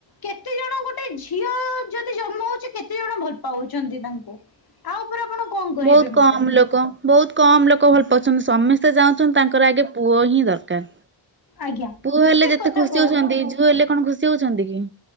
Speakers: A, on the left (about 50°); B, on the right (about 25°).
A: କେତେ ଜଣ ଗୋଟେ ଝିଅ ଯଦି ଜନ୍ମ ହଉଛି କେତେ ଜଣ ଭଲ ପାଉଛନ୍ତି ତାଙ୍କୁ। ଆ ଉପରେ ଆପଣ କଣ କହିବେ
B: ବହୁତ କମ୍
A: ମତେ
B: ଲୋକ ବହୁତ କମ୍ ଲୋକ ଭଲ ପାଉଛନ୍ତି। ସମ ସ୍ତେ ଚାହୁଁଛନ୍ତି ତାଙ୍କର ଆଗେ ପୁଅ ହିଁ ଦରକାର।
A: ଆଜ୍ଞା
B: ପୁଅ ହେଲେ
A: ଠିକ
B: ଯେତେ
A: କଥା
B: ଖୁସି
A: କହ
B: ହଉଛନ୍ତି ଝୁଅ ହେଲେ କଣ ଖୁସି ହଉଛନ୍ତି କି?